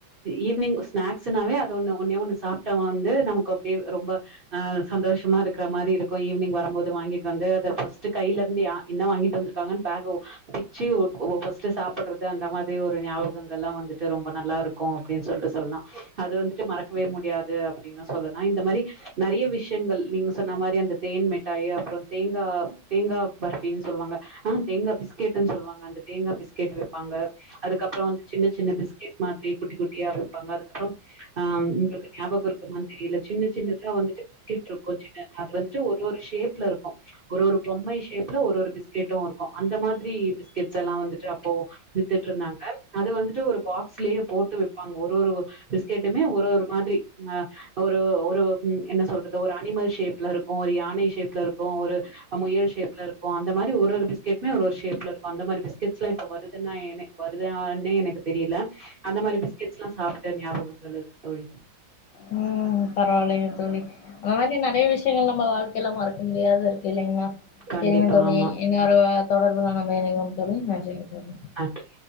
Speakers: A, on the right; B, on the left.
A: ஈவி்னிங் ஸ்நாக்ஸுனாவே அத ஒண்ணு ஒன்னே ஒண்ணு சாப்ட்டா வந்து நமக்கு அப்டியே ரொம்ப ஆ சந்தோஷமா இருக்குற மாரி இருக்கு ஈவினிங் வரம்போது வாங்கிட்டு வந்து அத ஃபஸ்ட்டு கையிலருந்து யா என்ன வாங்கிட்டு வந்துருக் காங்கன்னு பேக பிச்சு ஒ ஃபஸ்ட்டு சாப்புடுறது அந்த மாதிரி ஒரு ஞாபக ங்கள்லா வந்துட்டு ரொம்ப நல்லா இருக்கு அப்டின்னு சொல்லிட்டு சொல்லலா அது வந்துட்டு மறக்கவே முடியாது அப்டின்னு சொல்லலா இந்த மாரி நெறைய விஷயங்கள் நீங்க சொன்ன மாரி அந்த தேன் மிட்டாய் அப்புற தேங்கா தேங்கா பர்பின்னு சொல்லுவாங்க ஆ தேங்கா பிஸ்கெட்டுன்னு சொல்லுவாங்க அந்த தேங்கா பிஸ்கெட் விப்பாங்க அதுக்கப்புற வந்து சின்ன சின்ன பிஸ்கட் மாதிரி குட்டி குட்டியா விப்பாங்க அதுக்கப்புறம் ஆ உங்களுக்கு ஞாபக இருக்குமான்னு தெரியல சின்ன சின்னதா வந்துட்டு பிஸ்கெட் இருக்கு சின்ன அது வந்துட்டு ஒரு ஒரு ஷேப்ல இருக்கும் ஒரு ஒரு பொம்மை ஷேப்ல ஒரு பிஸ்கெட்டும் அந்த மாதிரி பிஸ்கெட்ஸ் எல்லா வந்துட்டு அப்போ வித்துட்ருந்தாங்க அது வந்துட்டு ஒரு பாக்ஸ்லேயே போட்டு விப்பாங்க ஒரு ஒரு பிஸ்கெட்டுமே ஒரு ஒரு மாதிரி ஆ ஒரு ஒரு என்ன சொல்றது ஒரு அனிமல் ஷேப்ல இருக்கும் ஒரு யானை ஷேப்ல இருக்கும் ஒரு ஆ முயல் ஷேப்ல இருக்கும் அந்த மாரி ஒரு பிஸ்கெட்மே ஒரு ஒரு ஷேப்ல இருக்கும் அந்த மாரி பிஸ்கெட்ஸ்லா இப்ப வருதுன்னு நா என்னே வருது தான்னே எனக்கு தெரியல அந்த மாரி பிஸ்கெட்ஸ்லா சாப்ட்ட ஞாபகங்கள் இருக்கு தோழி
B: ம் ம் பரவாயில்லைங்க தோழி அந்த மாரி நெறைய விஷியங்கள் நம்ம வாழ்க்கைல மறக்க முடியாது இருக்கு இல்லிங்ளா
A: கண்டிப்பா.
B: செரிங்க தோழி
A: ஆமா.
B: என்னரு தொடர்புலா நம்ம இனைவோ தோழி நன்றிங் தோழி
A: நன்றி